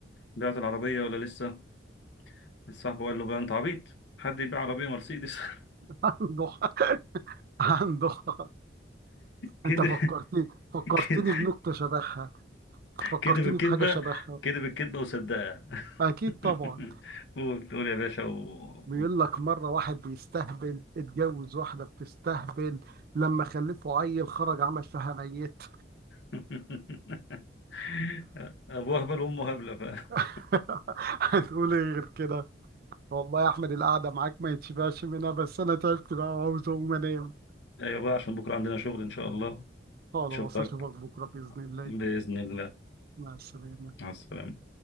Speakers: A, on the left; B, on the right.
A: بعت العربية ولا لسه صاحبه قال له بقى انت عبيط حد يبيع عربية مرسيدس <laughs>
B: <laughs> عنده حق عنده حق
A: كده
B: انت فكرتني فكرتني
A: كده
B: بنكتة شبهها فكرتني
A: كده بالكذبة
B: بحاجة شبهها
A: كده بالكذبة وصدقها
B: اكيد طبعا
A: <laughs> قول قول يا باشا و...
B: بيقول لك مرة واحد بيستهبل اتجوز واحدة بتستهبل لما خلفه عيل خرج عمل فيها ميت
A: <laughs> ابو هبل وامه هبله ف <laughs>
B: <laughs> هنقول ايه غير كده والله يا احمد القعدة معاك ما يتشبعش منها بس انا تعبت بقى وعاوز اقوم انام
A: ايوه بقى عشان بكره عندنا شغل ان شاء الله
B: خلاص
A: اشوفك
B: اشوفك بكرة بإذن الله
A: باذن الله
B: مع السلامة
A: مع السلامه